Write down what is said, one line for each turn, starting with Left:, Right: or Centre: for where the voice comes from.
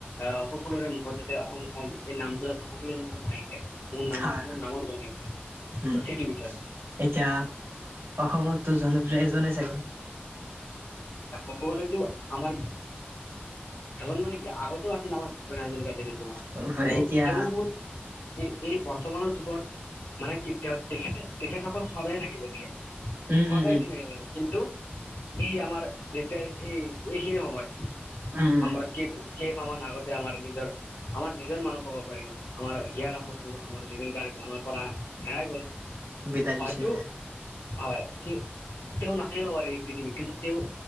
Left: আহ সকলোৰে মুখত যাতে অসম এই নামটো যাতে সকলোৰে মুখত আহি যায়। মোৰ নাম
Right: হয়
Left: মোৰ
Right: হয়
Left: নামৰ জগয়তে ত
Right: উম
Left: সেই কি বিচাৰ
Right: এতিয়া অসমতো জনপ্ৰিয় এজনে চাগে
Left: ত কবলৈতো আমাৰ। এখন মানে কি আগতেও আছিল আমাৰ ভূপেন হাজৰিকা যেনেকুৱা
Right: চাগে
Left: ত
Right: এতিয়া
Left: তেও বহুত এই বৰ্তমানৰ যুগৰ মানে কি তেখেতে তেখেতসকল সদায় থাকিব দিয়ে।
Right: উম
Left: সদায়
Right: উম উম
Left: চিনাই কিন্তু এই আমাৰ যেতিয়া এই এইখিনি সময়
Right: উম উম
Left: আমাৰ
Right: উম
Left: কেইদিন কেইমাহ মান আগতে আমাৰ নিজৰ আমাৰ নিজৰ মানুহ কব পাৰি আৰু। আমাৰ হিয়াৰ আমঠু আমাৰ জুবিন গাৰ্গ আমাৰ পৰা হেৰাই গ'ল।
Right: বিদায়
Left: হয়তো
Right: লৈছে।
Left: হয় তেওঁ নাথাকিব পাৰে এই পৃথিৱী কিন্তু তেওঁ